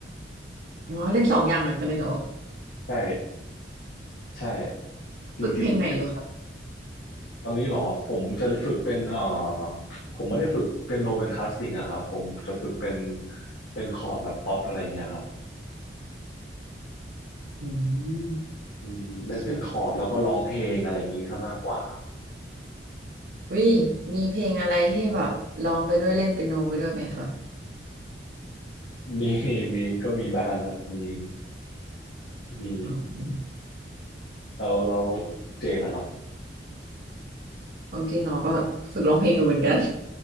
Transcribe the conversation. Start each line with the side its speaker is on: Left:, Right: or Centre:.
Right: อ๋อเล่นสองอย่างเหมือนกันเลยเหรอ
Left: ใช่ใช่จริง
Right: ฝึกเพลงไหนอยู่ครับ
Left: ๆตอนนี้เหรอผมจะฝึกเป็นเอ่อผมไม่ได้ฝึกเปียโนเป็นคลาสสิกอะครับผมจะฝึกเป็นเป็นคอร์ดแบบป๊อปอะไรเงี้ยครับ
Right: อืม
Left: อืมเล่นเป็นคอร์ดแล้วก็ร้องเพลงอะไรอย่างนี้ซะมากกว่าครับ
Right: โอเควิมีเพลงอะไรที่แบบร้องไปด้วยเล่นเปียโนไปด้วยไหมคะ
Left: มีมีก็มีบ้างครับมีมี
Right: อ๋อ
Left: เราเราเจนนะครับ
Right: ของเจริงเนอก็ฝึกร้องเพลงอยู่เหมือนกัน